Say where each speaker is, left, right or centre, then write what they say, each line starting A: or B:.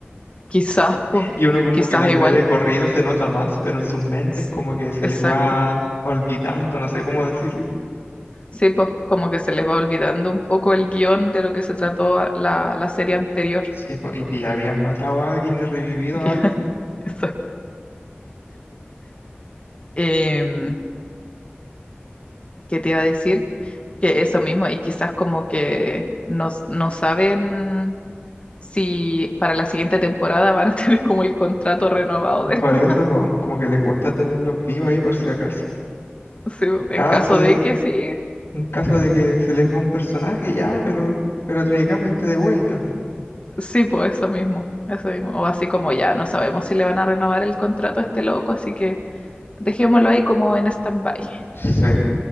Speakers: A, on the left; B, on the left.
A: quizás, po,
B: y uno como
A: quizás
B: que las
A: igual.
B: ve de corrido, se nota más, pero en sus mentes
A: S-
B: como que se
A: Exacto.
B: les va olvidando, no sé cómo decirlo.
A: Sí, pues como que se les va olvidando un poco el guión de lo que se trató a- la, la serie anterior.
B: Sí, po, y que ya habían matado a alguien y revivido
A: Y que-
B: a alguien.
A: <laughs> eso. Em, ¿qué te iba a decir? Que eso mismo, y quizás como que no, no saben si para la siguiente temporada van a <laughs> tener como el contrato
B: Eh,
A: renovado de
B: Por
A: nuevo,
B: eso, po, como que les gusta tenerlos vivos ahí por si acaso.
A: <laughs> sí, po,
B: Caso
A: en caso
B: de,
A: de que sí,
B: en caso de que se les va un personaje, ya, pero, pero traigamos este de vuelta.
A: sí, pues eso mismo, eso mismo. O así como ya, no sabemos si le van a renovar el contrato a este loco, así que dejémoslo ahí como en stand-by.
B: Sí, <laughs>